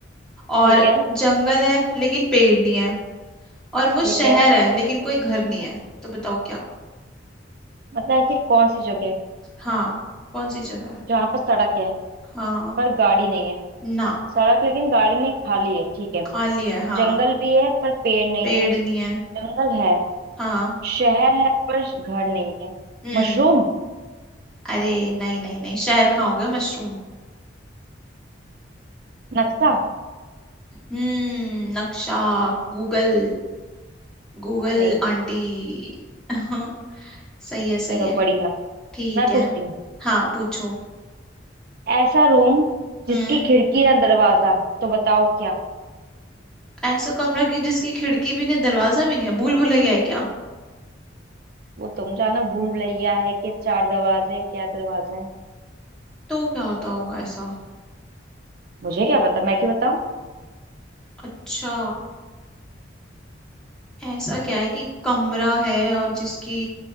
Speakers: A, in the centre; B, on the right.
A: और
B: ठीक है
A: जंगल है लेकिन पेड़ नहीं है और वो
B: ठीक
A: शहर
B: है
A: है लेकिन कोई घर नहीं है तो बताओ क्या
B: मतलब ऐसी कौन सी जगह है
A: हाँ कौन सी जगह है
B: जहाँ पर सड़क है
A: हाँ
B: पर गाड़ी नहीं है
A: ना
B: सड़क लेकिन गाड़ी नहीं खाली है ठीक है
A: खाली है हाँ
B: जंगल भी है पर पेड़ नहीं
A: पेड़
B: है
A: नहीं है
B: जंगल है
A: हाँ
B: शहर है पर घर नहीं है
A: हम्म
B: मशरूम
A: अरे नहीं नहीं नहीं शहर खाओगे मशरूम
B: नक्शा
A: हम्म नक्शा गूगल गूगल
B: सही है सही
A: आंटी
B: है
A: <laughs> सही है सही
B: चलो
A: है
B: बढ़िया
A: ठीक
B: मैं
A: है
B: पूछती हूँ
A: हाँ पूछो
B: ऐसा रूम जिसकी
A: हम्म
B: खिड़की ना दरवाजा तो बताओ क्या
A: ऐसा कमरा की जिसकी खिड़की भी नहीं दरवाजा भी नहीं है भूल भुलैया है क्या
B: वो तुम जानो भूल भुलैया है कि चार दरवाजे हैं, क्या दरवाजे हैं
A: तो क्या होता होगा ऐसा
B: मुझे क्या पता मैं क्यों बताऊँ
A: अच्छा ऐसा क्या है कि कमरा है और जिसकी